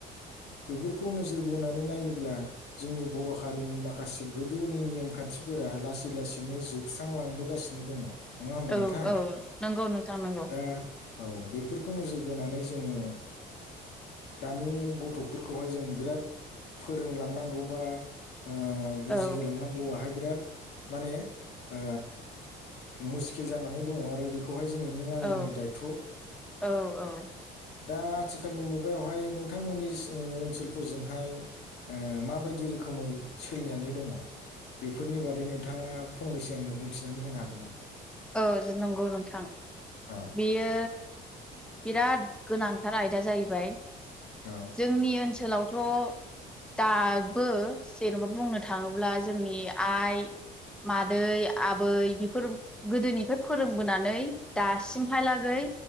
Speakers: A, on the left; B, in the centre.
A: बेफोरखौ नोजोर बोनानै नायोब्ला जोंनि बर' हारिनि माखासे गोदोनि नेम खान्थिफोरा लासै लासैनो जोबस्रांलांबोगासिनो दङ। नङा होमबा
B: औ
A: नोंथां
B: औ नंगौ नोंथां नंगौ।
A: दा औ बेफोरखौ नोजोर बोनानै जोङो दानि गथ'फोरखौहाय जों बिराद फोरोंलांनांगौ बा ओ बुजिहोलांनांगौआहाय
B: औ
A: बिराद माने ओ मुस्किल जानानै दङ आरो बेखौहाय जोङो नों आंनिनो
B: औ
A: दायथ' ओ
B: औ औ
A: दा आथिखालनि मुगायावहाय नोंथांमोननि ओनसोलफोरजोंहाय ओ माबायदि रोखोमै सोलिनानै दङ? बेफोरनि बादै नोंथाङा फंनैसो आंनो बुंथिनानै होनो हागोन नामा?
B: औ ज नंगौ नोंथां
A: औ
B: बियो बिराद गोनांथार आयदा जाहैबाय
A: औ
B: जोंनि ओनसोलावथ' दाबो जेन'बा बुंनो थाङोब्ला जोंनि आइ मादै आबै बेफोर गोदोनिफ्राय फोरोंबोनानै दासिमहालागै